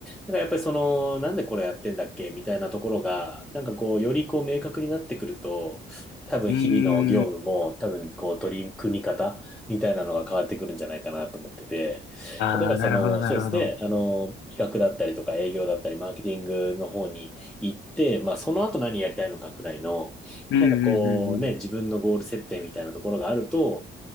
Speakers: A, in the centre; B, on the left (about 70°).
A: だからやっぱりその、なんでこれやってんだっけみたいなところが、なんかこう、よりこう明確になってくると、多分日々の業務も多分こう取り組み方みたいなのが変わってくるんじゃないかなと思ってて、
B: うーん。ああ、
A: 例えばその、
B: なるほどなるほど。
A: そうですね、あの、企画だったりとか営業だったりマーケティングの方に行って、まあその後何やりたいのかくらいの、
B: うんうんうん
A: なんかこうね、自分のゴール設定みたいなところがあると、